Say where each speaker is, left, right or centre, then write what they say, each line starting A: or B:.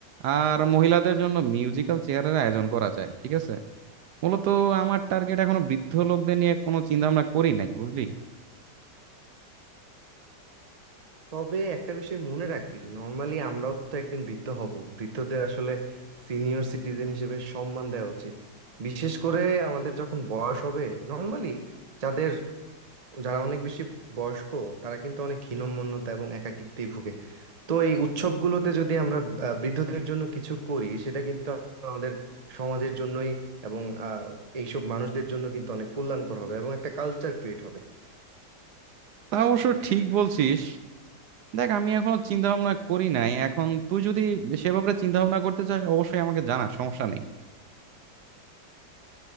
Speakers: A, on the right; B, on the right.
A: আর মহিলাদের জন্য মিউজিক্যাল চেয়ারের আয়োজন করা যায় ঠিক আছে মূলত আমার টার্গেট এখনো বৃদ্ধ লোকদের নিয়ে কোনো চিন্তা ভাবনা করি নাই বুঝলি
B: তবে একটা বিষয় মনে রাখবি নর্মালি আমরাও তো একদিন বৃদ্ধ হব বৃদ্ধদের আসলে সিনিয়র সিটিজেন হিসেবে সম্মান দেওয়া উচিত বিশেষ করে আমাদের যখন বয়স হবে নর্মালি যাদের যারা অনেক বেশি বয়স্ক তারা কিন্তু অনেক হীনম্মন্যতা এবং একাকিত্বেই ভুগে তো এই উৎসবগুলোতে যদি আমরা আহ, বৃদ্ধদের জন্য কিছু করি সেটা কিন্তু আমাদের সমাজের জন্যই এবং আহ, এইসব মানুষদের জন্য কিন্তু অনেক কল্যাণকর হবে এবং একটা কালচার ক্রিয়েট হবে
A: তা অবশ্য ঠিক বলছিস দেখ আমি এখনো চিন্তা ভাবনা করি নাই এখন তুই যদি সে ব্যাপারে চিন্তা ভাবনা করতে চাস অবশ্যই আমাকে জানা সমস্যা নেই